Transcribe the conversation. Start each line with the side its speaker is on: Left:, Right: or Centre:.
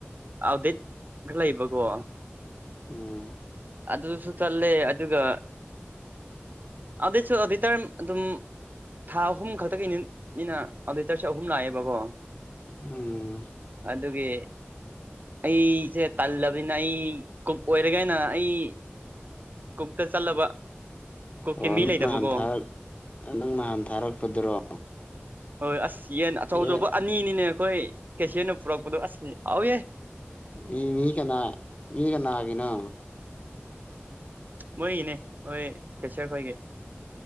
Right: ꯑꯥꯎꯠꯗꯦꯠ ꯈ ꯂꯩꯕꯀꯣ
Left: ꯎꯝ
Right: ꯑꯗꯨꯁꯨ ꯆꯜꯂꯦ ꯑꯗꯨꯒ ꯑꯗꯤꯁꯨ ꯑꯗꯨꯗꯤ ꯇꯔꯝ ꯑꯗꯨꯝ ꯊꯥ ꯑꯍꯨꯝ ꯈꯛꯇꯒꯤꯠꯅꯤꯅ ꯑꯗꯨꯇꯔꯁꯦꯠ ꯑꯍꯨꯝ ꯂꯥꯛꯑꯦꯕꯀꯣ
Left: ꯎꯝ
Right: ꯑꯗꯨꯒꯤ ꯑꯩꯁꯦ ꯇꯜꯂꯕꯤꯅ ꯑꯩ ꯀꯨꯞ ꯑꯣꯏꯔꯒꯅ ꯑꯩ ꯀꯣꯛꯛꯇ ꯆꯠꯂꯕ ꯀꯨꯛꯀꯤ
Left: ꯑꯣ
Right: ꯃꯤ
Left: ꯅꯪ
Right: ꯂꯩꯇꯕꯀꯣ
Left: ꯅꯍꯥꯟ ꯊꯥꯔꯛ ꯅꯪ ꯅꯍꯥꯟ ꯊꯥꯔꯛꯄꯗꯨꯔꯣ
Right: ꯍꯣꯏ ꯑꯁ ꯌꯦꯟ ꯑꯆꯧ
Left: ꯑꯦ
Right: ꯑꯆꯧꯕ ꯑꯅꯤꯅꯤꯅꯦ ꯑꯩꯈꯣꯏ ꯀꯦꯁꯤꯌꯔꯅ ꯄꯨꯔꯛꯄꯗꯣ ꯑꯁꯅꯤ ꯍꯥꯎꯌꯦꯦ
Left: ꯃꯤ ꯃꯤ ꯀꯅꯥ ꯃꯤ ꯀꯅꯥꯒꯤꯅꯣ
Right: ꯃꯣꯏꯒꯤꯅꯦ ꯍꯣꯏ ꯀꯦꯆꯔ ꯈꯣꯏꯒꯤ